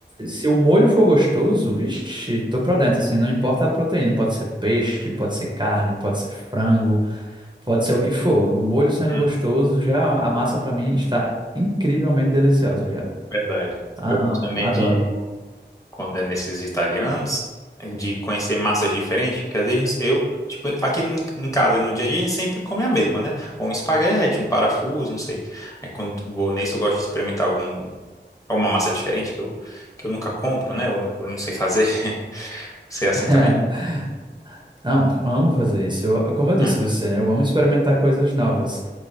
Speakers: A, on the right (about 25°); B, on the left (about 15°).
A: Se o molho for gostoso, vixe, tô pra dentro assim, não importa a proteína, pode ser peixe, pode ser carne, pode ser frango, pode ser o que for. O molho sendo
B: Hum,
A: gostoso, já a massa pra mim está incrivelmente deliciosa já.
B: verdade.
A: A-
B: Eu gosto
A: Amo,
B: também
A: adoro.
B: de, quando é nesses italianos, de conhecer massas diferentes, que às vezes eu, tipo, aqui em, em casa, no dia a dia, a gente sempre come a mesma, né? Ou um espaguete, um parafuso, não sei. Aí quando vou nesse, eu gosto de experimentar algum, alguma massa diferente que eu, que eu nunca compro, né? Eu, eu não sei fazer. <laughs> Você é assim
A: <laughs>
B: também?
A: Não, amo fazer isso. Eu, eu- como eu disse
B: É.
A: a você, né, eu amo experimentar coisas novas.